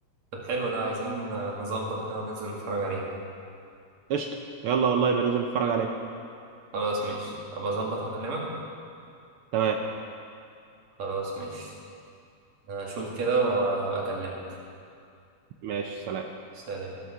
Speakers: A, on the right (about 65°); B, on the right (about 80°).
A: طب حلو ده عايزين آه، نظبط كده وننزل نتفرج عليه
B: قشطه يلا والله يبقى ننزل نتفرج عليه
A: خلاص ماشي ابقى اظبط اكلمك
B: تمام
A: خلاص ماشي هشوف كده وهبقى اكلمك
B: ماشي سلام
A: سلام